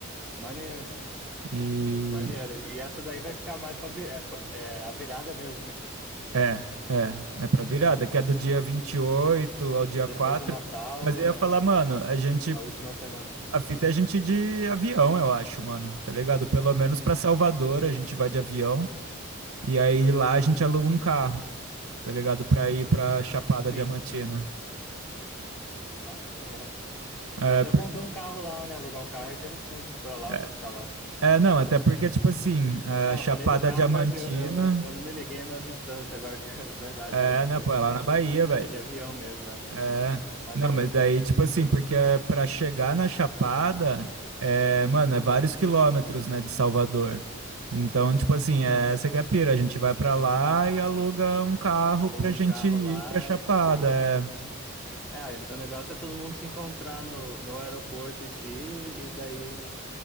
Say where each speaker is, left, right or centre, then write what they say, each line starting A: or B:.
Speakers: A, in the centre; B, on the right (about 75°).
A: Maneiro,
B: E
A: maneiro. E essa daí vai ficar mais para é, pa- é a virada mesmo, né?
B: é, é, é pra virada,
A: É.
B: que é do dia 28 ao dia
A: Depois
B: 4.
A: do Natal,
B: Mas eu ia
A: é,
B: falar, mano, a gente
A: é a última semana.
B: A fita é a gente ir de avião, eu acho, mano. Tá ligado? Pelo menos pra Salvador a gente vai de avião. E aí lá a gente aluga um carro, tá ligado? Pra ir pra Chapada
A: Sim,
B: Diamantina.
A: é lá sim, é.
B: É,
A: Mas
B: por-
A: é bom ter um carro lá, né? Alugar um carro é interessante para lá,
B: é,
A: para ficar lá.
B: é, não, até porque, tipo assim, a
A: É, eu
B: Chapada
A: falei do carro,
B: Diamantina.
A: mas eu, eu, eu, eu não me liguei na distância agora, <laughs> que é verdade,
B: É,
A: não
B: né,
A: tem
B: pô,
A: nem
B: é lá
A: como.
B: na Bahia, velho.
A: É de avião mesmo, né?
B: É,
A: Maneiro.
B: não, mas daí, tipo assim, porque eh, pra chegar na Chapada, é, mano, é vários quilômetros, né, de Salvador. Então, tipo assim, é, essa que é a pira, a gente vai pra lá e aluga um carro
A: Aluga
B: pra
A: um
B: gente
A: carro
B: ir
A: lá,
B: pra Chapada.
A: e- sim. É, o negócio é todo mundo se encontrar no, no aeroporto em si, e daí